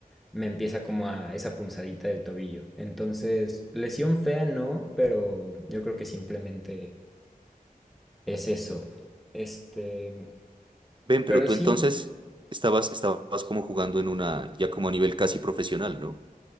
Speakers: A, in the centre; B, on the right.
A: me empieza como a esa punzadita del tobillo. Entonces, lesión fea no, pero yo creo que simplemente es eso. Este,
B: Ven, pero
A: pero
B: tú
A: sí,
B: entonces estabas, estabas como jugando en una, ya como a nivel casi profesional, ¿no?